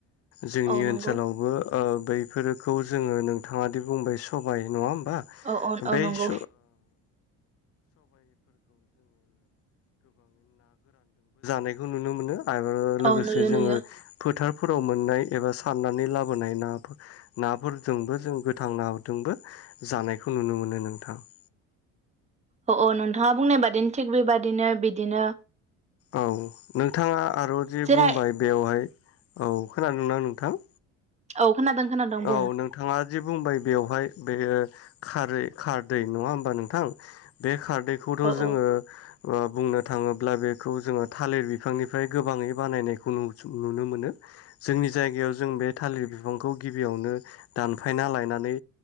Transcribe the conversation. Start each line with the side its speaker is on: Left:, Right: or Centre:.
Left: जोंनि
Right: औ नंगौ
Left: ओनसोलावबो ओ बैफोरखौ जोङो नोंथाङादि बुंबाय सबाय नङा होनबा
Right: औ औ औ
Left: बै
Right: नंगौ
Left: स ओ <inaudible> खौ नुनो मोनो आरो लोगोसे
Right: औ नुयो
Left: जोङो
Right: नुयो
Left: फोथार फोराव मोननाय एबा सारनानै लाबोनाय ना नाफोरजोंबो जों गोथां नादोंबो जानायखौ नुनो मोनो नोंथां ।
Right: अ औ नोंथाङा बुंनाय बादिनो थिग बेबायदि बिदिनो बिदिनो
Left: औ नोंथाङा आरो जे
Right: जेरहा
Left: बुंबाय बेवहाय औ खोनादोंना नोंथां
Right: औ खोनादों खोनादों बुं
Left: औ नोंथाङा जे बुंबाय बेवहाय बे खारै खारदै नङा होमबा नोंथां बे खारदैखौथ'
Right: औ
Left: जोङो
Right: औ
Left: ओ बुंनो थाङोब्ला बेखौ जोङो थालिर बिफांनिफ्राय गोबाङै बानायनायखौ नुनो मोनो जोंनि जायगायाव जों बे थालिर बिफांखौ गिबियावनो दानफायना लायनानै